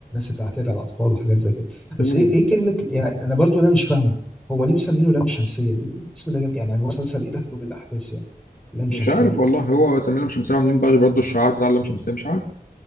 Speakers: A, in the centre; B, on the left (about 60°).
A: اللي بتعتدي على الاطفال وحاجات زي كده
B: بصراحه
A: بس ايه ايه كلمه يعني انا برضو ده مش فاهمه هو ليه مسمينه لام شمسيه الاسم ده جامد، يعني المسلسل ايه دخله بالاحداث يعني لام شمسيه
B: مش عارف والله هو زميله مش مسامح عاملين بقى برضه الشعار بتاع اللام شمسية مش عارف